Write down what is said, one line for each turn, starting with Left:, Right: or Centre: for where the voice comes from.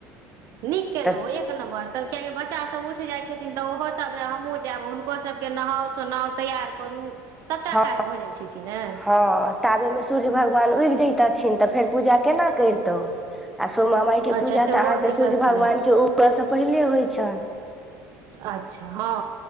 Right: नीक केलउ
Centre: तऽ
Right: एक नम्बर तऽ कियकि बच्चासब उठ जाइ छथिन तऽ ओहोसभ हमहूँ जायब हुनको सभके नहाउ सोनाउ तैयार करू सभटा
Centre: हँ
Right: काज भऽ जाइ छै कि ने
Centre: हँ ताबयमे सूर्य भगबान उगि जैतथिन तऽ फेर पूजा केना करितउ आ सोामा माइके
Right: अच्छा
Centre: पूजा
Right: सेहो
Centre: तऽ अहाँके
Right: दिक्कत
Centre: सूर्य
Right: छलै
Centre: भगवान के उगा स पहिले होइत छनि
Right: अच्छा हँ